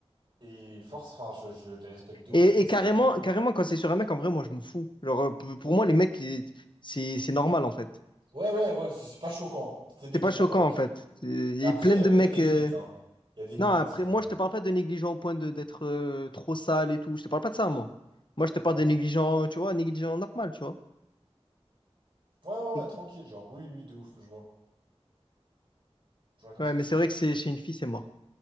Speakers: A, on the right; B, on the left.
A: Et force, enfin, je, je les respecte de ouf
B: Et,
A: parce que
B: et
A: c'est
B: carrément,
A: vraiment.
B: carrément, quand c'est sur un mec, en vrai, moi, je m'en fous. Genre, euh, p- pour moi, les mecs, ils- c'est c'est normal, en fait.
A: Ouais, ouais, ouais, c'est c'est pas choquant. Si t'es négligent,
B: C'est pas choquant,
A: bah, ok.
B: en fait.
A: Mais
B: Euh, Il y
A: après,
B: a plein de
A: euh,
B: mecs.
A: il y a des limites,
B: euh,
A: hein. Il y a des limites,
B: Non, après,
A: quand
B: moi,
A: même.
B: je te parle pas de négligent au point de d'être euh, trop sale et tout. Je te parle pas de ça, moi. Moi, je te parle
A: Ouais.
B: de négligent, tu vois, négligent normal, tu vois.
A: Ouais, ouais,
B: Et-
A: ouais, tranquille, genre, oui, oui, de ouf, je vois. Je vois grave
B: Ouais,
A: ce que
B: mais
A: tu
B: c'est
A: veux dire.
B: vrai que c'est chez une fille, c'est mort.